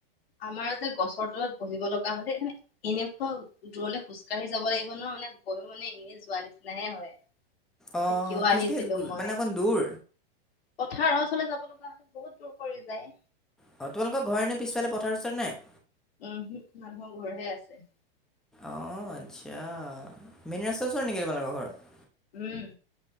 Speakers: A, on the left (about 85°); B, in the centre.
A: আমাৰ যে গছৰ তলত বহিব লগা হ'লে মানে এনেকোৱা দূৰলে খোজ কঢ়ি যাব লাগিব ন মানে গৈ মানে এনেই যোৱা নিচিনাহে হয়।
B: অঁ
A: কিয় আহিছিলো
B: খোজকাঢ়ি গো-
A: মই
B: মানে অকণ দূৰ
A: পথাৰৰ ওচলৈ যাব <unintelligible> বহুত দূৰ কৰি যায়।
B: অ', তোমালোকৰ ঘৰ এনে পিছফালে পথাৰ চথাৰ নাই।
A: উমহো মানুহৰ ঘৰহে আছে।
B: আহ আচ্ছা মেইন ৰাস্তাৰ ওচৰত নেকি তোমালোকৰ ঘৰত।
A: উম।